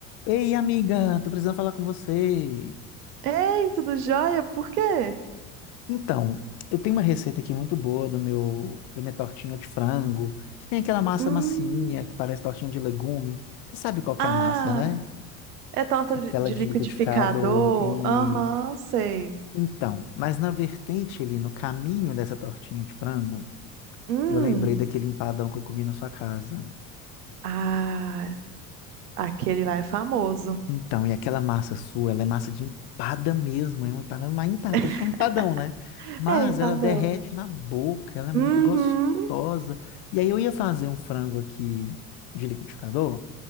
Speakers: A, on the left (about 55°); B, on the right (about 80°).
A: Ei, amiga, tô precisando falar com você.
B: Ei, tudo jóia? Por quê?
A: Então, eu tenho uma receita aqui muito boa do meu, da minha tortinha de frango, que tem aquela massa
B: Hum.
A: massinha que parece tortinha de legume. Você sabe qual que
B: Ah,
A: é a massa, né?
B: é torta
A: Aquela
B: li- de
A: de
B: liquidificador?
A: liquidificado e
B: Aham, sei.
A: então, mas na vertente ali, no caminho dessa tortinha de frango,
B: Hum.
A: eu lembrei daquele empadão que eu comi na sua casa.
B: Ah, aquele lá é famoso.
A: Então, e aquela massa sua, ela é massa de empada mesmo, é uma empada, uma empada,
B: <laughs>
A: por isso é um empadão, né? Mas
B: É, empadão.
A: ela derrete na boca, ela é muito
B: Uhum,
A: gostosa. E aí eu ia fazer um frango aqui de liquidificador,